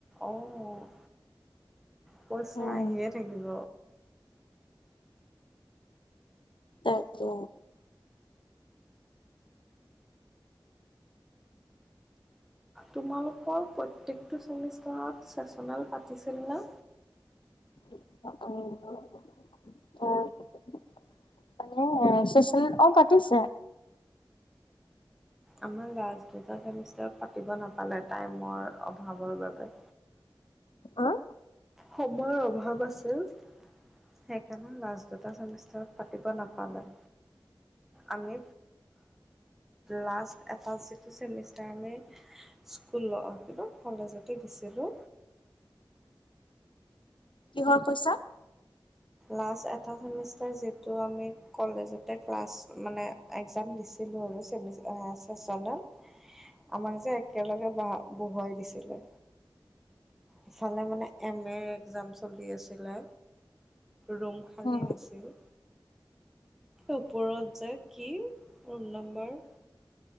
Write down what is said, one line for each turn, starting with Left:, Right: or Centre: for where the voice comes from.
Centre: অ', পইচা
Left: উম।
Centre: আহিয়ে থাকিব
Left: তাকে
Centre: তোমালোকৰ প্ৰত্যেকটো চেমিষ্টাৰত চেচনেল পাতিছিলনে?
Left: <inaudible> মানে চেচনেল অ' পাতিছে।
Centre: আমাৰ লাষ্ট চেমিষ্টাৰত পাতিব নাপালে, টাইমৰ অভাৱৰ বাবে।
Left: আহ?
Centre: সময়ৰ অভাৱ আছিল। সেইকাৰণে লাষ্ট দুটা চেমিষ্টাৰত পাতিব নাপালে। আমি, লাষ্ট এটা যিটো চেমিষ্টাৰ আমি স্কুল কিন্তু, কলেজতে দিছিলোঁ
Left: কিহৰ পইছা?
Centre: লাষ্ট এটা চেমিষ্টাৰ যিটো আমি, কলেজতে ক্লাছ মানে এক্সাম দিছিলোঁ আৰু চেমিষ্টাৰ চেচনেল আমাক যে একেলগে বহুৱাই দিছিলে। ইফালে মানে এম এৰ একজাম চলি আছিলে, ৰুম খালী
Left: উম
Centre: নাছিল, ওপৰত যে কি? ৰুম নম্বাৰ